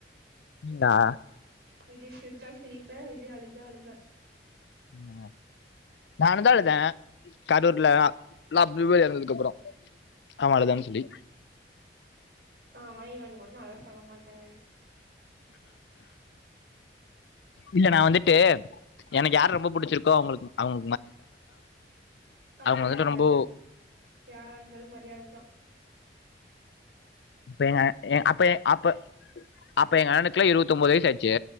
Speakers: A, on the left; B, on the right.
A: நீங்ளா
B: விஜய் சிரிச்சா சிரிப்பே விஜய் அழுதா அழுவே
A: என்னங்க நானுந்தா அழுதே கரூர்ல எல்லா பிள்ப எறந்தத் கப்புறொ அவ அழுதானு சொல்லி
B: ஆஹ் வாய் வன் கூட நா தெல்லா சொல்ல மாட்டேங்க
A: இல்ல நா வந்துட்டு எனக்கு யார ரொம்ப புடிச்சிருக்கோ அவங்களுக்கு அவங்
B: அப்பில்லா
A: வந்துட்டு
B: இல்லங்க
A: ரொம்போ
B: யாரா இருந்தாலு மரி யாததா
A: அப்ப எங்க அண் எங் அப்பஎங் இப்ப எங்க அப்ப எ அப்ப அப்ப எங்க அண்ணனுக்லா இருவத்தொம்போது வயசு ஆச்சு